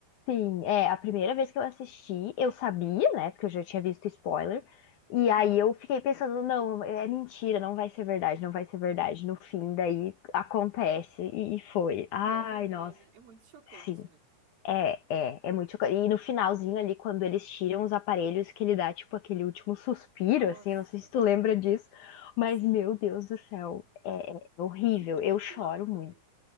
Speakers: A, on the left; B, on the right.
A: Sim, é, a primeira vez que eu assisti, eu sabia, né, porque eu já tinha visto spoiler, e
B: Aham.
A: aí eu fiquei pensando, não, é mentira, não vai ser verdade, não vai ser verdade. No fim, daí acontece e e foi. Ai,
B: E é verdade,
A: nossa,
B: né? é muito chocante,
A: sim.
B: né?
A: É, é, é muito chocante. E no finalzinho ali, quando eles tiram os aparelhos, que ele dá, tipo, aquele último suspiro,
B: Nossa,
A: assim, não sei se tu lembra disso, mas
B: sim,
A: meu Deus do céu, é é horrível.
B: eu fico
A: Eu
B: muito
A: choro
B: mal também.
A: muito.